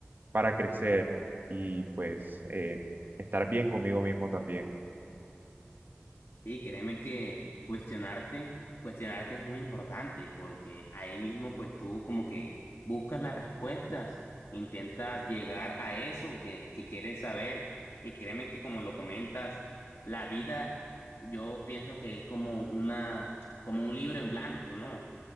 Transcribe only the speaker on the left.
Sí, créeme que cuestionarte, cuestionarte es muy importante porque ahí mismo pues tú como que buscas las respuestas, intentas llegar a eso que, que quieres saber y créeme que como lo comentas, la vida yo pienso que es como una, como un libro en blanco, ¿no?